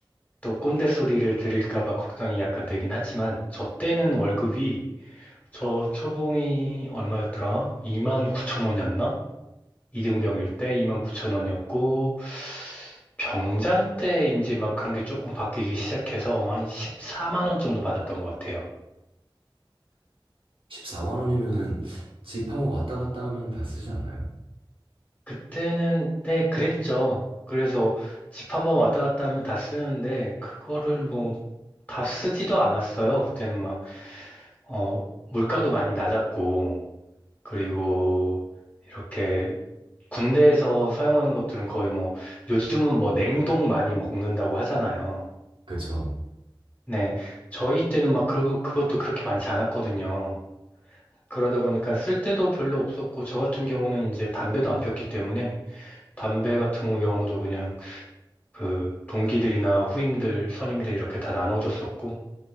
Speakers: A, on the left; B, on the right.
A: 또 꼰대 소리를 들을까 봐 걱정이 약간 되긴 하지만 저 때는 월급이 저 초봉이 얼마였더라? 2만 9천 원이었나? 이등병일 때 29,000원이었고, 병장 때인지 막 그런 게 조금 바뀌기 시작해서 한 14만 원 정도 받았던 것 같아요.
B: 14만 원이면은 집 한번 왔다 갔다 하면 다 쓰지 않나요?
A: 그때는, 네, 그랬죠. 그래서 집 한 번 왔다 갔다 하면 다 쓰는데, 그거를 뭐, 다 쓰지도 않았어요. 그때는 막, 어, 물가도 많이 낮았고, 그리고 이렇게 군대에서 사용하는 것들은 거의 뭐, 요즘은 뭐 냉동 많이 먹는다고 하잖아요.
B: 그쵸.
A: 네. 저희 때는 막 그, 그것도 그렇게 많지 않았거든요. 그러다 보니까 쓸 때도 별로 없었고, 저 같은 경우는 이제 담배도 안 폈기 때문에, 담배 같은 경우도 그냥 그 동기들이나 후임들, 선임들 이렇게 다 나눠줬었고,